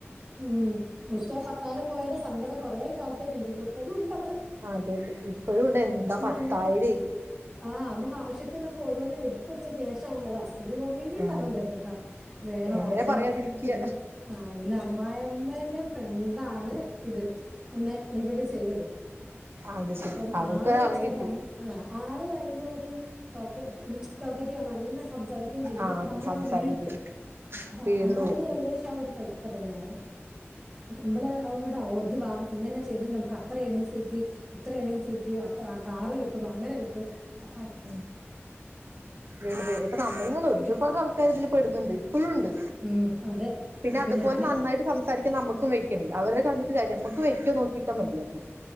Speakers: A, on the right; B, on the right.
A: ഉം പക്ഷെ ആ പത്തായിരം പോയന്റെ സങ്കടം കൊറെ കാലത്തേക്കിണ്ടായിരുന്നു ഇപ്പോഴും ഉണ്ട
B: അതെല്ലേ ഇപ്പഴും ഉണ്ട് എന്താ പത്തായിരേ
A: അങ്ങനെ ആ മ്മക്ക് ആശ്യത്തിനൊക്കെ ഓരോന്നിന്ട്ത്ത് വെച്ച ക്യാഷാണല്ലോ ഹസ്ബന്റ് കൊറെ
B: ആഹ്
A: പർഞ്ണ്ടേര്ന്ന്ട്ടോ വേണോ
B: എങ്ങനെ
A: വേണോ
B: പറയാതിരിക്ക
A: പിന്നെ ആ വ് ന്റമ്മായിമ്മന്റെ ഫ്രണ്ടാണ് ഇത് എന്നെ ഇൻട്രൊഡ്യൂസെയ്തത്
B: അത്
A: അപ്പം
B: ശരി അവർക്കൊരാളെ
A: ആള് ച്ചാല്
B: കിട്ടി
A: അമ്മ ആ ആള് ഭയങ്കരൊരു ടോ ടോക്കറ്റിവ നല്ലസ് സംസാരിക്കുകയും ചെയ്യും
B: ആഹ്
A: പ്പ നമ്മളങ്
B: സംസാരിക്കും
A: വീഴ്ത്തും അപ്പ
B: വീണ്
A: അമ്മായിമ്മേം
B: പോവും
A: ഏകദേശം ആ ഒരു ടൈപ്പൊക്കെത്തെന്ന്യാണ് മ്മള് അതോണ്ട് <unintelligible> ങ്ങനെ ചെയ്തിണ്ട് നമ്മക്കത്ര ഏണിങ്സ് കിട്ടി ഇത്ര ഏണിങ്സ് കിട്ടി അത്ര കാറ് കിട്ടും അങ്ങനെ കിട്ടും അ
B: ഉം വീണ് പോയി നമ്മളൊന്നല്ല
A: വീട്
B: ഒരുപാട് ആൾക്കാരിതില് പെട്ന്ന്ണ്ട് പ്പഴുണ്ട്
A: ഉം അതെ
B: പിന്നെ
A: അപ്പൊ
B: അതുപോലെ
A: ഞാനിപ്പോ
B: നന്നായിട്ട് സംസാരിക്ക ക്ക്‌ നമ്മക്കും വെയ്ക്കണെ അവരെ കണ്ടിട്ട് കാര്യ നമ്മക്ക് വെയ്ക്കോ നോക്കിട്ടാ മതിയായിര്ന്ന്